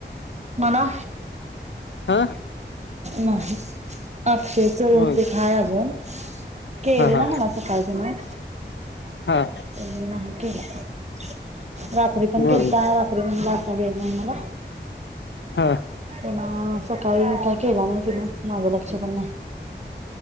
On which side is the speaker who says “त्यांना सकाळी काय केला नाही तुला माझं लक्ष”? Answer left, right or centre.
Right